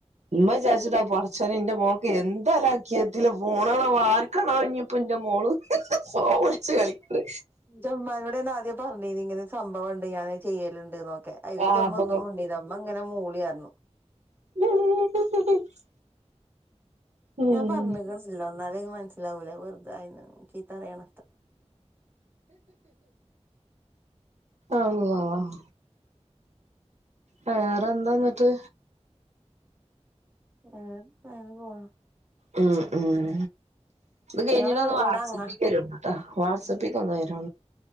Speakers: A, on the right; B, on the right.
A: ഇമ്മ വിചാരിച്ചിട്ടാ പടച്ചോനെ ഇന്റെ മോക്ക് എന്താ ലക്കത്ത ഫോണാണോവോ ആർക്കാണാവോ പ്പോന്റെ മോള് ഫോം വിളിച്ച്കളിക്കന്ന്
B: ൻ്റെമ്മാനോട് ആദ്യം പറഞ്ഞീനി ഇത് ഇങ്ങനെ സംഭവുണ്ട് ഞാന് ചെയ്യലുണ്ട് നോക്കെ അതി
A: പാപകോ
B: ൻ്റെമ്മ ഒന്നും മിണ്ടീല ഇമ്മ ഇങ്ങനെ മൂളിയർഞ്ഞു
A: <inaudible> ഉം
B: ഞാൻ പറഞ്ഞ്ക്ണ്ല്ലോ എന്നാല് അയിന് മനസ്സിലാവൂലേ വെറുത അയ്‌ന്ചീത്തറിയണ
A: അള്ളാഹ് വേറെന്താന്നട്ട്
B: എത്ത അങ്ങന പോന്ന്
A: ഉം ഉം കയിഞ്ഞ്
B: ഇങ്ങളെ
A: ഒന്ന്
B: വീട്
A: വാട്സപ്പിക്ക്
B: അങ്ങ
A: വരൂണ്ടു വാട്സപ്പിക്കൊന്ന് വരു